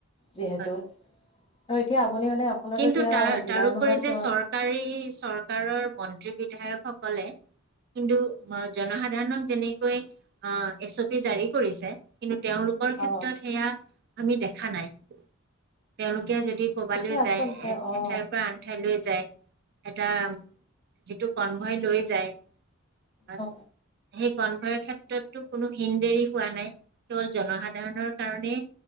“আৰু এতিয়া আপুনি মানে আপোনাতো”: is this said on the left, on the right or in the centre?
Left